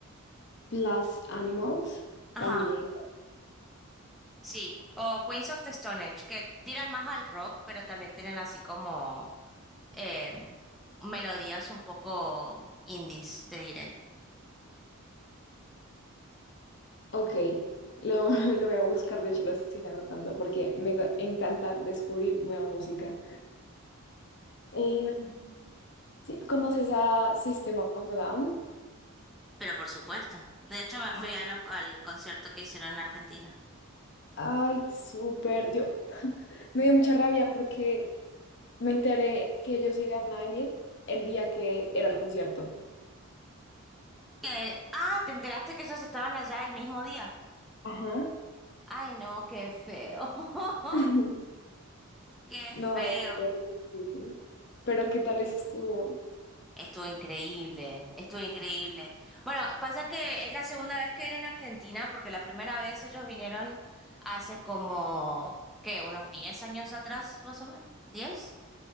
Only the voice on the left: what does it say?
Las Animals
también.
Ok, lo, <laughs> lo voy a buscar, de hecho lo estoy anotando porque me ga- encanta descubrir nueva música. Eh, ¿sí- ¿conoces a System of a Down?
Ah,
Ay, súper. Yo <laughs> me dio mucha rabia porque Me enteré que ellos iban a venir el día que era el concierto.
Ajá.
<laughs>
No,
fue terrible. Pero ¿qué tal estuvo? <laughs>